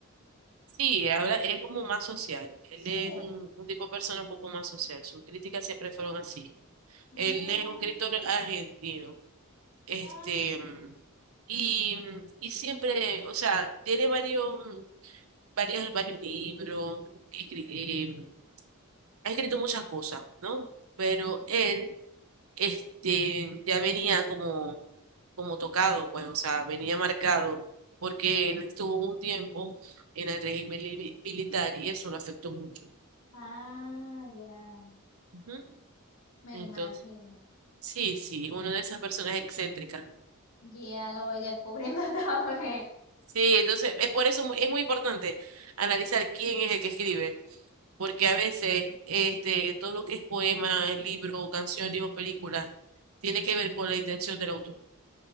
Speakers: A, on the right (about 75°); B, on the left (about 70°).
A: Sí, ahora es como más social. Él
B: Sí.
A: es un, un tipo de persona un poco más social. Sus críticas siempre fueron así.
B: Mm,
A: Él es un escritor argentino. Este,
B: ah,
A: mm, y, y siempre, o sea, tiene varios, varios, varios libros. escri- eh, ha escrito muchas cosas, ¿no? Pero él este, ya venía como, como tocado, pues, o sea, venía marcado, porque él estuvo un tiempo en el régimen li- militar y eso lo afectó mucho.
B: ah, ya.
A: Ujú.
B: Me
A: Entonces,
B: imagino.
A: sí, sí, una de esas personas excéntricas.
B: Ya lo voy descubriendo <laughs> también.
A: Sí, entonces, es por eso mu- es muy importante analizar quién es el que escribe, porque a veces este, todo lo que es poema, libro, canciones o películas tiene que ver con la intención del autor.